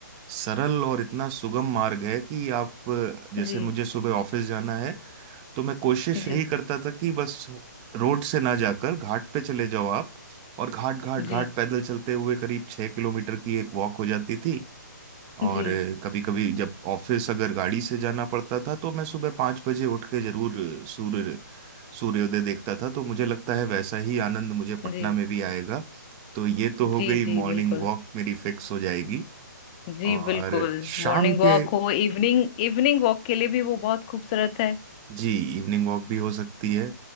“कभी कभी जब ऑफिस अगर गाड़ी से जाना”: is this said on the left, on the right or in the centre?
Right